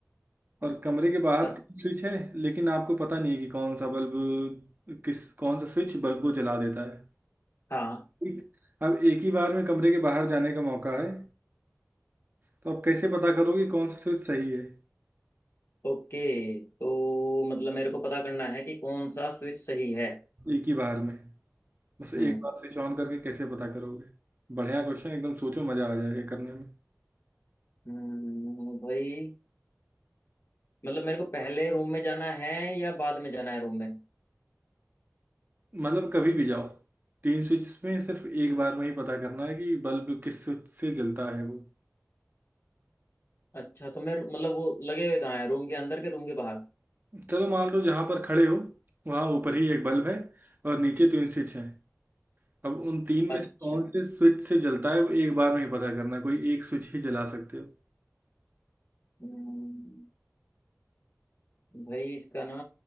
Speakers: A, on the right; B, on the left.
A: और कमरे के बाहर
B: अ-
A: तीन स्विच है लेकिन आपको पता नहीं है कि कौन सा बल्ब किस कौन सा स्विच बल्ब को जला देता है
B: हाँ
A: ठीक अब एक ही बार में कमरे के बाहर जाने का मौका है तो आप कैसे पता करोगे कौन सा स्विच सही है
B: ओके तो मतलब मेरे को पता करना है कि कौन सा स्विच सही है
A: एक ही बार में बस एक
B: हम्म
A: बार स्विच ऑन करके कैसे पता करोगे बढ़िया क्वेश्चन एकदम सोचो मजा आ जाएगा करने में
B: हम्म, भाई मतलब मेरे को पहले रूम में जाना है या बाद में जाना है रूम में
A: मतलब कभी भी जाओ तीन स्विच में सिर्फ एक बार में ही पता करना है कि बल्ब किस स्विच से जलता है वो
B: अच्छा तो मैं मतलब वो लगे हुए कहाँ है रूम के अंदर के रूम के बाहर
A: चलो मान लो जहाँ पर खड़े हो वहाँ ऊपर ही एक बल्ब है और नीचे तीन स्विच हैं अब उन तीन
B: अच्छा
A: में से कौन से स्विच से जलता है वो एक बार में ही पता करना है, कोई एक स्विच ही जला सकते हो
B: हम्म, भाई इसका ना